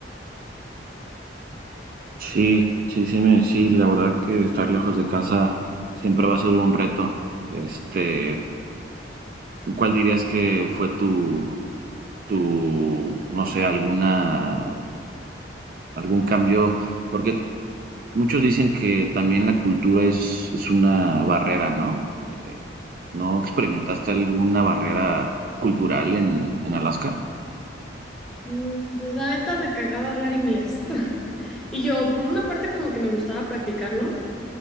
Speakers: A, on the right (about 50°); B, in the centre.
A: Sí, sí, sí, me, sí, la verdad que estar lejos de casa siempre va a ser un reto. Este, ¿Cuál dirías que fue tu, tu, no sé, alguna, algún cambio? Porque muchos dicen que también la cultura es, es una barrera, ¿no? ¿No experimentaste alguna barrera cultural en, en Alaska?
B: Mm, Pues la neta me cagaba hablar inglés. <laughs> Y yo, por una parte, como que me gustaba practicarlo,